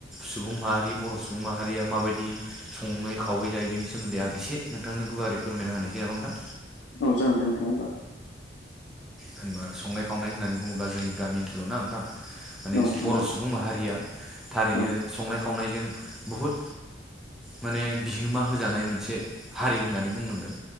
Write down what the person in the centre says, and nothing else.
सुबुं माहारि बर' सुबुं माहारिया माबायदि सङै खावै जायो बिनि सोमोन्दै आं एसे नोंथांनो गुवारै फोरमायना होनायसै नामा नोंथां?
होनबा संनाय खावनाय होननानै बुङोब्ला जोंनि गामि ओनसोलावना ओंथां माने
बर' सुबुं माहारिया थारैनो
संनाय खावनायजों बुहुद माने बिहोमा होजानाय मोनसे हारि होननानै बुंनांगोन